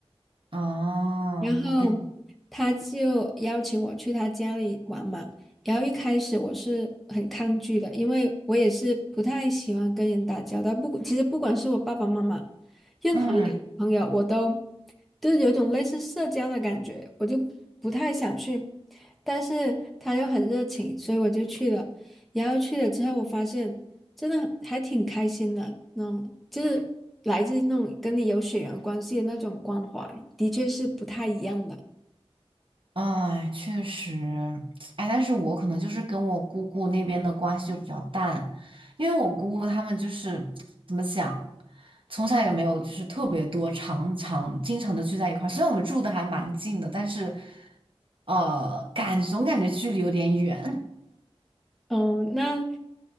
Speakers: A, on the right; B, in the centre.
A: 哦，
B: 然后
A: 跟
B: 他就邀请我去他家里玩嘛。然后一开始我是很抗拒的，因为我也是不太喜欢跟人打交道。不，其实不管是我爸爸妈妈，任何人朋友，
A: 嗯。
B: 我都就是有种类似社交的感觉，我就不太想去。但是他又很热情，所以我就去了。然后去了之后，我发现。真的还挺开心的，嗯，就是来自那种跟你有血缘关系的那种关怀，的确是不太一样的。
A: 哎，确实，哎，但是我可能就是跟我姑姑那边的关系就比较淡，因为我姑姑他们就是怎么讲，从小也没有就是特别多常常经常的聚在一块儿虽然我们住的还蛮近的，但是呃，感总感觉距离有点远。
B: 哦，那